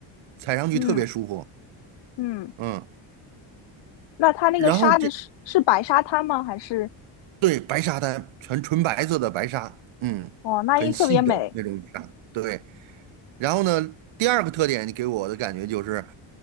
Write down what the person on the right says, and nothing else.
踩上去特别舒服，
嗯。
然后这
对，白沙滩，全纯白色的白沙，嗯，
很细的那种沙。对，然后呢，第二个特点，你给我的感觉就是